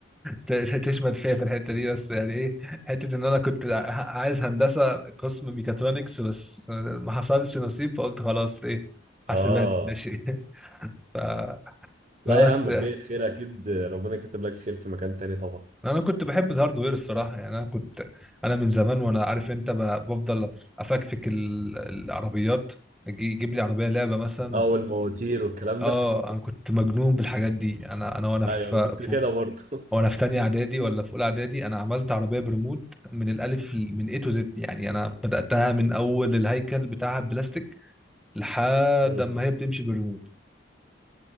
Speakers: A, in the centre; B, on the right.
A: ت- تشمت فيا في الحتة دي بس يعني ايه حتة ان انا كنت ع- عايز هندسة قسم ميكاترونكس بس ما حصلش نصيب فقلت خلاص ايه
B: اه
A: حاسبات ماشي <laughs> ف... فبس
B: لا يا عم خير خير اكيد ربنا كاتب لك خير في مكان تاني طبعا
A: انا كنت بحب الهاردوير الصراحة يعني انا كنت انا من زمان وانا عارف انت ب- بفضل افكفك ال- العربيات اجي يجيب لي عربية لعبة مثلا
B: اه والمواتير والكلام
A: اه
B: ده
A: انا كنت مجنون بالحاجات دي انا انا وانا
B: ايوه
A: في
B: انا كنت
A: في
B: كده برضه <laughs>
A: وانا في تانية اعدادي ولا في اولى اعدادي انا عملت عربيه بريموت من الالف ل- من اي تو زد يعني انا بداتها من اول الهيكل بتاعها بلاستيك لحد
B: مم.
A: ما هي بتمشي بالريموت